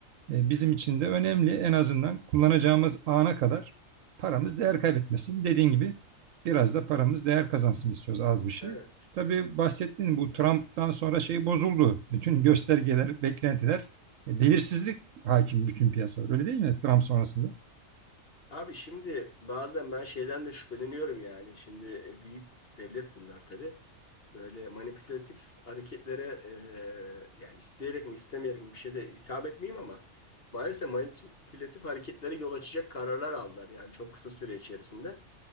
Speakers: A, on the right (about 75°); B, on the left (about 45°).
A: e, bizim için de önemli. En azından kullanacağımız ana kadar paramız değer kaybetmesin. Dediğin gibi biraz da paramız değer kazansın istiyoruz az bir şey.
B: Evet.
A: Tabii bahsettiğin bu Trump'tan sonra şey bozuldu. Bütün göstergeler, beklentiler, e, belirsizlik hakim bütün piyasalar. Öyle değil mi Trump sonrasında?
B: Abi şimdi bazen ben şeyden de şüpheleniyorum yani. Şimdi e, büyük devlet bunlar tabii. Böyle manipülatif hareketlere e, yani isteyerek mi istemeyerek mi bir şey de hitap etmeyeyim ama maalesef manipülatif hareketlere yol açacak kararlar aldılar yani çok kısa süre içerisinde.